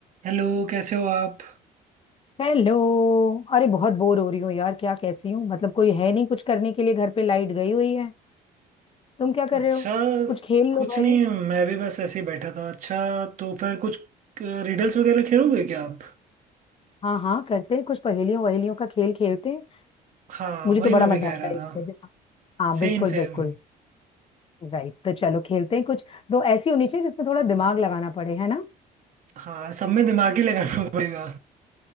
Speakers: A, on the right; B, on the left.
A: Hello कैसे हो आप
B: Hello अरे बहुत bore हो रही हूँ यार क्या कैसी हूँ मतलब कोई है नहीं कुछ करने के लिए घर पे लाइट गई हुई है तुम क्या कर
A: अच्छा
B: रहे हो कुछ खेल
A: कुछ
B: लो भाई
A: नहीं मैं भी बस ऐसे ही बैठा था अच्छा तो फिर कुछ रिडल्स वगैरह खेलोगे क्या आप
B: हाँ हाँ करते हैं कुछ पहेलियों वहेलियों का खेल खेलते हैं
A: हाँ
B: मुझे
A: वही
B: तो बड़ा
A: मैं भी
B: मजा
A: कह
B: आता
A: रहा
B: है
A: था
B: इसमें जो हाँ बिल्कुल
A: Same same
B: बिल्कुल राइट तो चलो खेलते हैं कुछ दो ऐसी होनी चाहिए जिसमें थोड़ा दिमाग लगाना पड़े है ना
A: हाँ सब में दिमाग ही लगाना <laughs> पड़ेगा